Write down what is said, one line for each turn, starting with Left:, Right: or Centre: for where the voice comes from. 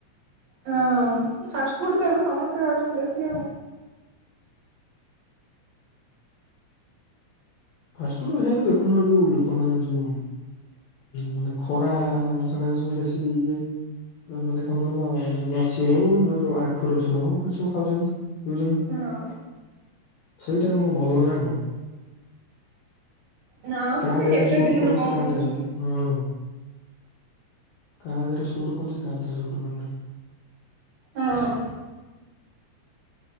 Right: ହଁ ଫାଷ୍ଟଫୁଡ ତ ଏବେ ସ ସମସ୍ତେ ଖାଉଛନ୍ତି ବେଶୀ ଆଉ।
Left: ଫାଷ୍ଟଫୁଡ ଏ ଯୋଉ ଦେଖୁନ ଏ ଯୋଉ ଲୋକମାନେ ଯୋଉ ମାନେ ଖରା ସକାଶେ ଯୋଉ ବେଶୀ ଇଏ ମାନେ କଣ କହିଲ ଲସି ହଉ ଯୋଉ ଆଖୁ ରସ ହଉ ଏ ସବୁ ଖାଉଛନ୍ତି। ପିଉଛନ୍ତି।
Right: ହଁ
Left: ସେଇଟା କଣ ଭଲ ନାଁ କଣ?
Right: ନା ମ
Left: କା
Right: ସେ
Left: ଦେହରେ
Right: କେତେ
Left: ସୁଟ
Right: ଦିନରୁ
Left: କରୁଛି
Right: କଣ
Left: କା
Right: କରୁଛନ୍ତି
Left: ଦେହରେ ହଁ। କାହା ଦେହରେ ସୁଟ୍ କରୁଛି କାଦରେ ସୁଟ୍ କରୁନି।
Right: ହଁ।